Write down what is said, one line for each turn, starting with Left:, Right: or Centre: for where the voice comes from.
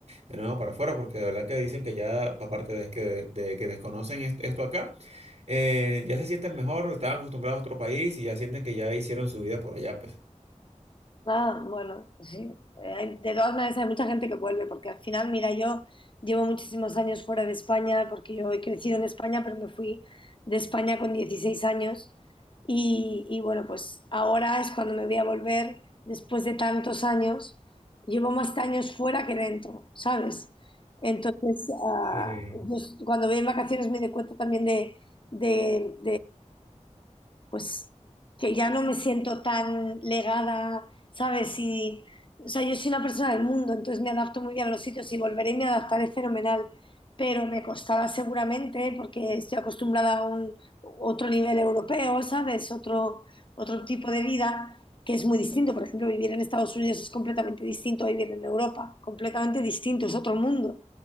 Right: de nuevo para afuera, porque de verdad que dicen que ya, aparte de que, de que desconocen est- esto acá, eh, ya se sienten mejor, estaban acostumbrados a otro país y ya sienten que ya hicieron su vida por allá, pues.
Left: Ah, bueno, pues sí. Eh, hay- De todas maneras, hay mucha gente que vuelve, porque al final, mira, yo llevo muchísimos años fuera de España, porque yo he crecido en España, pero me fui de España con 16 años. Y, y bueno, pues ahora es cuando me voy a volver después de tantos años. Llevo más años fuera que dentro, ¿sabes? Entonces, ah,
Right: Sí.
Left: yo s- cuando voy en vacaciones me doy cuenta también de, de, pues que ya no me siento tan legada, ¿sabes? Y, o sea, yo soy una persona del mundo, entonces me adapto muy bien a los sitios y volveré y me adaptaré fenomenal, pero me costará seguramente porque estoy acostumbrada a un otro nivel europeo, ¿sabes? Otro, otro tipo de vida que es muy distinto. Por ejemplo, vivir en Estados Unidos es completamente distinto a vivir en Europa, completamente distinto, es otro mundo,